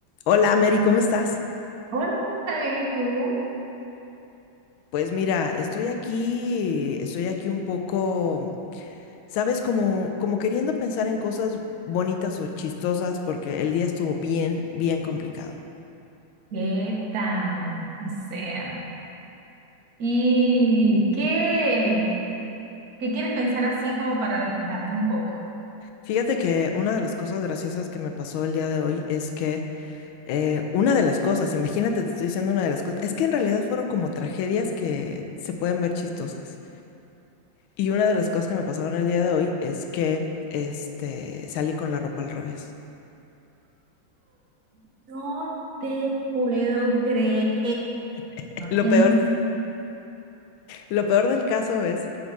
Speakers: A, on the left; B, on the right.
A: Hola, Mary, ¿cómo estás?
B: Hola, ¿está bien? ¿Y tú?
A: Pues mira, estoy aquí, estoy aquí un poco, sabes, como, como queriendo pensar en cosas bonitas o chistosas, porque el día estuvo bien, bien complicado.
B: ¿Qué tal? O sea, ¿y qué, qué quieres pensar así como para despejarte un poco?
A: Fíjate que una de las cosas graciosas que me pasó el día de hoy es que eh, una de las cosas, imagínate, te estoy diciendo una de las cosas, es que en realidad fueron como tragedias que se pueden ver chistosas. Y una de las cosas que me pasaron el día de hoy es que, este, salí con la ropa al revés.
B: No te puedo creer.
A: <laughs> Lo
B: En
A: peor Lo peor del caso es